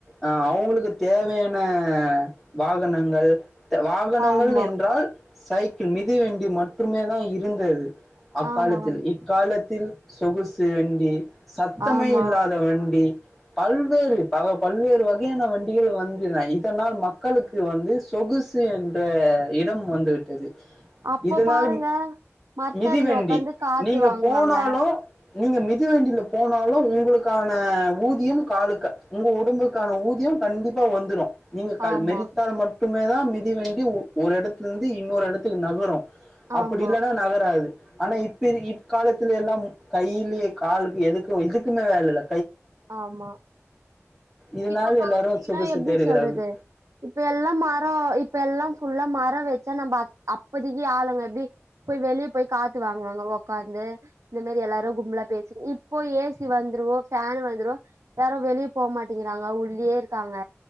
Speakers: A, in the centre; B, on the right (about 75°).
A: அ அவுங்களுக்கு தேவையான வாகனங்கள் த் வாகனங்கள்
B: ஆமா
A: என்றால் சைக்கிள் மிதிவண்டி மட்ருமே தா இருந்தது அக்காலத்தில்
B: ஆமா ஆமா
A: இக்காலத்தில் சொகுசு வண்டி சத்தமே
B: ஆமா
A: இல்லா வண்டி பல்வேறு பல பல்வேறு வகையான வண்டிகள் வந்து இதனால் மக்களுக்கு வந்து சொகுசு என்ற இடம் வந்து விட்டது
B: அப்ப
A: இதனால
B: பாருங்க மரத்தடியில
A: மிதிவேண்டி
B: உக்காந்து காத்து
A: நீங்க
B: வாங்குவாங்க
A: போனாலு நீங்க மிதிவண்டில போன் ந்தாலு உங்குளுக் க்கான ஊதியம் காலுக்க உங்க உடும்புக்கான ஊதியம் கண்டிப்பா வந்துரு நீங்க கால்
B: ஆமா
A: மிதித்தால் மட்டுமே தா மிதி வண்டி ஒரு எடத்தலிருந்து இன்னொரு எடத்துக்கு நகரு அப்டி
B: ஆமா
A: இல்லன்னா நகராது ஆனா இப்ப இக்காலத்துலல்லா கையிலேயே காலுக்கு எதுக்குமே வேல இல்ல
B: ஆமா
A: இதனால
B: இப்ப பாத்தீங்கன்னா
A: எல்லாரும் சொகுசு
B: எப்டி
A: தேடுகிறார்கள்
B: சொல்றது இப்ப எல்லா மர இப்ப எல்லா பு ஃபுல்லா மர வச்சா நம்ம <unintelligible> அப்பதைக்கு ஆளுங்க எப்டி போய் வெளியே போய் காத் து வாங்குவாங்க உக்காந்து இந்த மாரி எல்லாரு கும்பலா பேசி இப்போ ஏ சி வந்துரு ஃபேன் வந்துரு ந்துரு யாரு வெளியே போக மாட்டேங்கிறாங்க உள்ளயே க்காங்க